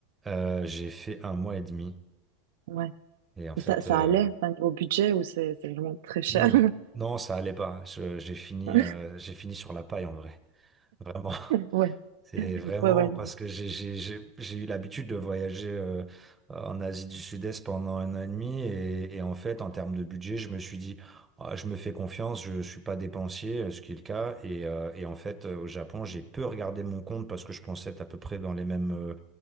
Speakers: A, on the right; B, on the right.
A: Euh, j'ai fait un mois et demi.
B: Ouais.
A: Et en fait,
B: Et ça, ça
A: euh,
B: allait, enfin, niveau budget ou c'est c'est vraiment très cher?
A: non, non, ça allait pas. Je- j'ai fini,
B: <laughs>
A: euh, j'ai fini sur la paille en vrai. Vraiment.
B: Ouais,
A: C'est vraiment
B: ouais, ouais.
A: parce que j'ai j'ai- j'ai- j'ai eu l'habitude de voyager euh, en Asie du Sud-Est pendant un an et demi et, et en fait, en termes de budget, je me suis dit, Ah, je me fais confiance, je suis pas dépensier, euh, ce qui est le cas. Et, euh, et en fait, euh, au Japon, j'ai peu regardé mon compte parce que je pensais être à peu près dans les mêmes euh,